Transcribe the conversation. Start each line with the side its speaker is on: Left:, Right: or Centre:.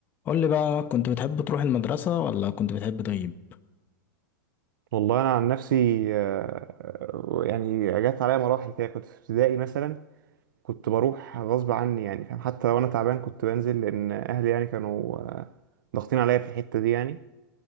Left: قول لي بقى كنت بتحب تروح المدرسة ولا كنت بتحب تغيب؟
Right: والله انا عن نفسي آه، يعني جت عليا مراحل كده كنت في ابتدائي مثلا كنت بروح غصب عني يعني فاهم حتى لو انا تعبان كنت بنزل لان اهلي يعني كانوا آه، ضاغطين عليا في الحته دي يعني